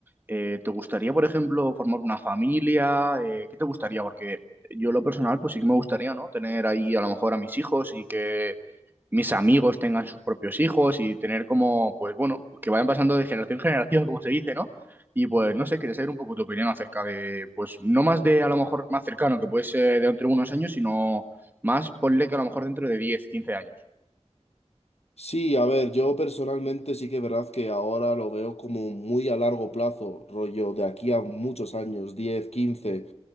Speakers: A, on the right; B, on the left.
A: eh, ¿te gustaría, por ejemplo, formar una familia? Eh, ¿qué te gustaría? Porque yo en lo personal, pues sí que me gustaría, ¿no? Tener ahí a lo mejor a mis hijos y que mis amigos tengan sus propios hijos y tener como, pues bueno, que vayan pasando de generación en generación, como se dice, ¿no? Y pues no sé, quería saber un poco tu opinión acerca de, pues no más de a lo mejor más cercano, que puede ser de entre unos años, sino más ponle que a lo mejor dentro de diez, quince años.
B: Sí, a ver, yo personalmente sí que es verdad que ahora lo veo como muy a largo plazo, rollo de aquí a muchos años, 10, 15